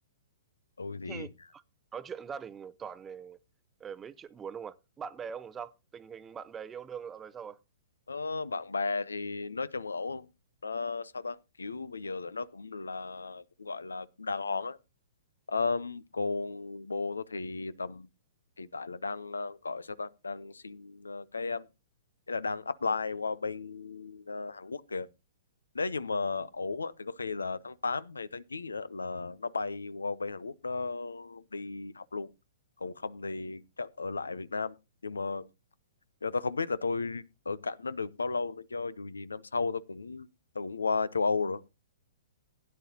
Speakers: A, on the left (about 80°); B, on the right (about 20°).
A: tôi thì
B: thế nói chuyện gia đình toàn ờ, mấy chuyện buồn không à bạn bè ông sao tình hình bạn bè yêu đương dạo này sao rồi?
A: ờ, bạn bè thì nói chung là ổn không Ờ, sao ta kiểu bây giờ tụi nó cũng là cũng gọi là cũng đàng hoàng á um, còn bồ tôi thì tầm hiện tại là đang ờ, gọi sao ta đang xin ờ, cái ờ, Nghĩa là đang apply qua bên ờ, Hàn Quốc kìa nếu như mà ổn á, thì có khi là tháng 8 hay tháng 9 gì đó là nó bay qua bên Hàn Quốc đó đi học luôn còn không thì chắc ở lại Việt Nam nhưng mà giờ tao không biết là tôi ở cạnh nó được bao lâu nữa cho dù gì năm sau tao cũng tao cũng qua châu Âu rồi